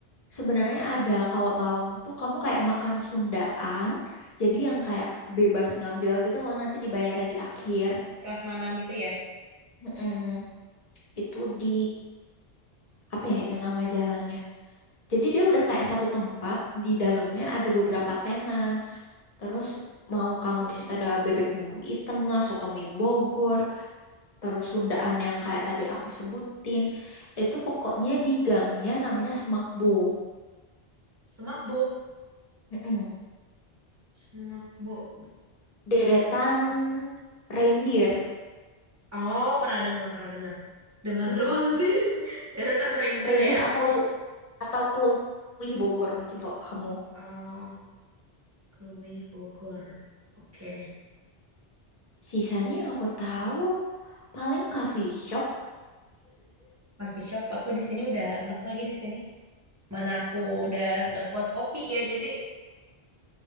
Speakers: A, on the left; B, on the right.
A: sebenarnya ada kalau malam tuh kamu kayak makan Sundaan, jadi yang kayak bebas ngambil gitu loh nanti dibayarnya di akhir.
B: prasmanan gitu ya.
A: Mm-mm. Itu di apa ya itu nama jalannya. Jadi dia udah kayak satu tempat di dalamnya ada beberapa tenan. Terus mau kamu di situ ada bebek bumbu item lah, soto mie Bogor, terus Sundaan yang kayak tadi aku sebutin. Itu pokoknya di gangnya namanya Semakbo.
B: Semak
A: Mm-mm.
B: Smakbo.
A: Deretan
B: Oke.
A: reindeer,
B: Oh, pernah dengar, pernah dengar. Dengar doang sih. <laughs> Deretan reindeer
A: reindeer
B: ya.
A: atau
B: Oke.
A: atau keluih Bogor mungkin kok kamu.
B: Oh, Krui Bogor. Oke.
A: Sisanya yang aku tahu paling coffee shop.
B: Coffee shop aku di sini udah enak lagi di sini. Mana aku udah nggak kuat kopi ya. Jadi,